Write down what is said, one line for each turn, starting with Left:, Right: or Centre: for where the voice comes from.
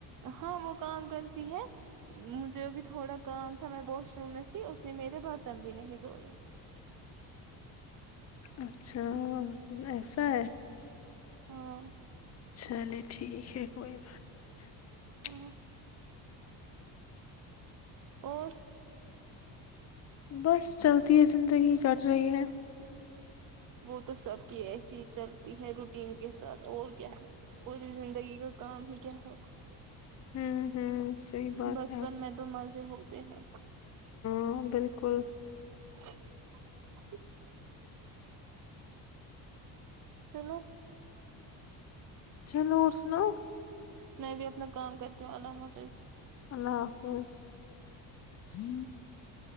Right: ہاں وہ کام کرتی ہے مجھے بھی تھوڑا کام تھا میں واش روم میں تھی اس نے میرے برتن بھی نہیں دھوئے
Left: اچھا ایسا ہے
Right: ہاں
Left: چلے ٹھیک ہے کوئی بات نہیں
Right: ہاں اور
Left: بس چلتی ہے زندگی چٹ رہی ہے
Right: وہ تو سب کی ایسی ہی چلتی ہے روٹین کے ساتھ اور کیا ہے پوری زندگی کا کام ہی کیا ہے
Left: ہوں ہوں صحی بات
Right: بچپن
Left: ہے
Right: میں تو مزے ہوتے ہیں
Left: ہاں بالکل
Right: <inaudible> سلو
Left: چلو اور سناؤ
Right: میں بھی اپنا کام کرتی ہوں اللہ حافظ
Left: اللہ حافظ ہ